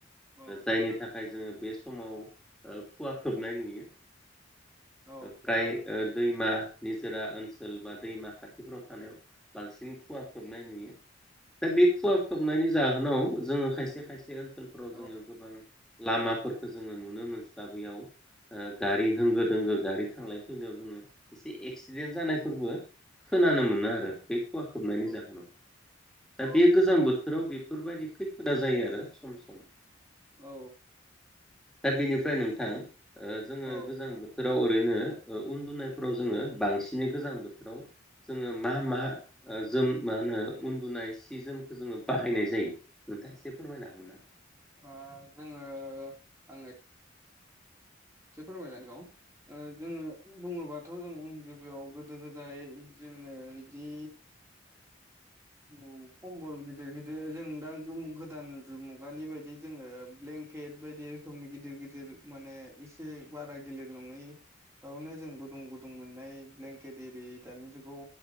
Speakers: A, on the right; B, in the centre.
A: औ
B: जायनि थाखाय जोङो बे समाव खुवा खोबनाय नुयो
A: औ
B: फ्राय ओ दैमा निजोरा ओनसोल बा दैमा खाथि खाथिफोराव थानायाव बांसिन खुवा खोबनाय नुयो दा बे खुवा खोबनायनि जाहोनाव जोङो खायसे खायसे ओनसोलफोराव
A: औ
B: जोङो गोबां लामाफोरखौ जोङो नुनो मोनस्लाबलाय लाङा ओ गारि होंगो दोंगो गारि थांलाय फैलायाव जोङो एसे एक्सिडेन्ट जानायफोरबो खोनानो मोनो आरो बे खुवा खोबनायनि
A: औ
B: जाहोनाव
A: औ
B: दा बे गोजां बोथोराव बे बेफोरबायदि खैफोदा जायो आरो सम सम
A: औ
B: दा बेनिफ्राय नोंथां ओ जोङो
A: औ ओ
B: गोजां बोथोर फ्राव ओरैनो उन्दुनायफोराव जोङो बांसिनै गोजां बोथोराव जोङो मा मा जोम मा होनो उन्दुनाय सि जोमखौ जोङो बाहायनाय जायो नोंथां एसे फोरमायनो हागोन ना
A: ओ जोङो आङो एसे फोरमायलांगौ ओ जोङो बुङोबाथ' जों गिबियाव गोदो गोदाय जि जोङो इदि औ कम्बल गिदिर गिदिर जों दा गोदान मुगानि बायदि जोङो ब्लें ब्लेंकेट बायदि रोखोमनि गिदिर गिदिर माने एसे बारा गिलिर नङै आवनो जों गुदुं गुदुं मोननाय ब्लेंकेट एरि दानि जुगाव